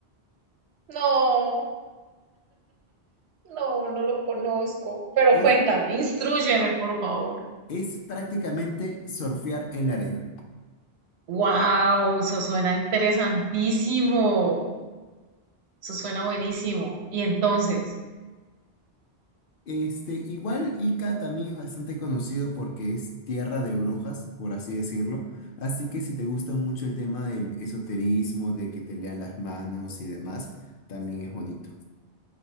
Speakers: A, on the right; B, on the left.
A: No, no, no lo conozco. Pero
B: Es,
A: cuéntame, instrúyeme, por favor.
B: es prácticamente surfear en la arena.
A: Wow, eso suena interesantísimo. Eso suena buenísimo. ¿Y entonces?
B: Este, igual Ica también es bastante conocido porque es tierra de brujas, por así decirlo. Así que si te gusta mucho el tema del esoterismo, de que te lean las manos y demás, también es bonito.